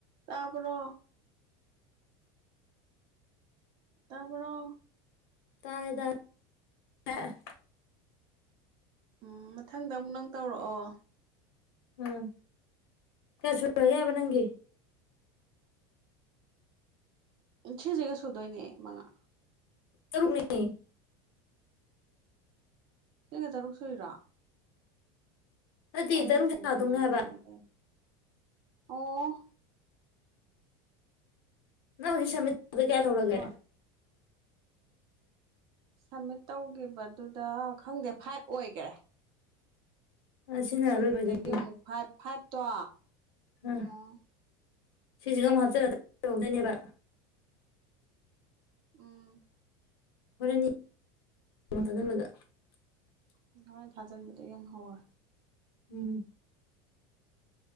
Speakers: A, on the right; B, on the left.
A: ꯇꯥꯕꯔꯣ ꯇꯥꯕꯔꯣ
B: ꯇꯥꯔꯦꯗ <inaudible>
A: ꯎꯝ ꯃꯊꯪꯗ ꯑꯃꯨꯛ ꯅꯪ ꯇꯧꯔꯛꯑꯣ꯫
B: ꯎꯝ ꯀꯌꯥꯁꯨ <inaudible> ꯒꯦꯕ ꯅꯪꯒꯤ꯫
A: ꯎꯝ ꯁꯤ꯭ꯁꯤꯒ ꯁꯨꯗꯣꯏꯅꯦ ꯃꯉꯥ꯫
B: ꯇꯔꯨꯛꯅꯦ꯫
A: ꯁꯤꯒ ꯇꯔꯨꯛ ꯁꯨꯏꯔꯣ꯫
B: ꯅꯠꯇꯦ
A: ꯑꯩꯅ
B: ꯇꯔꯨꯛ
A: ꯊꯤꯕꯗ
B: ꯁꯥꯗꯧꯅ
A: ꯃꯉꯥꯅꯦ
B: ꯍꯥꯏꯕ꯫
A: ꯑꯗꯩ ꯑꯣ꯫
B: <unintelligible> ꯑꯗꯣ ꯀꯌꯥ ꯂꯩꯍꯧꯔꯒꯦ꯫
A: ꯍꯣꯏ ꯁꯝꯃꯤꯠ ꯇꯧꯒꯤꯕꯗꯨꯗ ꯈꯪꯗꯦ ꯐꯥꯏꯚ ꯑꯣꯏꯒ꯭ꯔꯦ꯫
B: ꯑ ꯁꯤꯅ
A: ꯁꯤꯗꯒꯤ
B: ꯑꯔꯣꯏꯕ ꯑꯣꯏꯗꯣꯏꯅꯤ
A: ꯑꯃꯨꯛ ꯐꯥꯏꯚ ꯐꯥꯏꯚꯇꯣ
B: ꯑꯥ
A: ꯎꯝ
B: ꯁꯤꯁꯤꯒ ꯑꯃꯨꯛ ꯍꯥꯞꯆꯜꯂ ꯇꯧꯗꯣꯏꯅꯦꯕ꯫
A: ꯎꯝ꯫
B: <unintelligible>
A: ꯍꯣꯔꯦꯟ ꯊꯥꯖꯤꯟꯕꯗ ꯌꯦꯡꯍꯧꯋꯦ
B: ꯎꯝ꯫